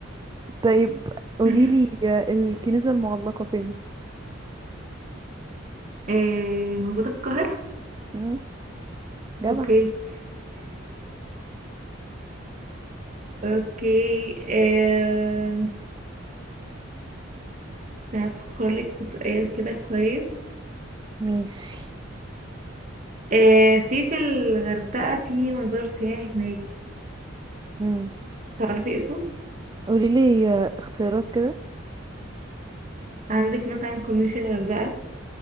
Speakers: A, on the right; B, on the right.
A: طيب
B: <laughs>
A: قوليلي الكنيسة المعلقة فين
B: آه، موجوده في القاهره
A: مم. جدع
B: اوكي <laughs> اوكي آه، هفكر لك في سؤال كده كويس
A: ماشي
B: آه، في في الغردقه في مزار سياحي هناك
A: مم.
B: تعرفي اسمه
A: قوليلي اختيارات كده
B: عندك مثلا كورنيش الغردقه